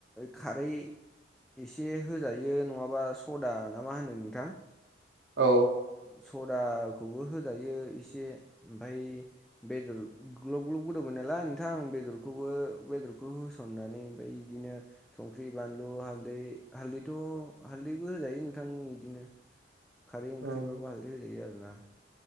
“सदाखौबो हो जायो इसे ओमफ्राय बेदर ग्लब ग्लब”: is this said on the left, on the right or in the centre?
Centre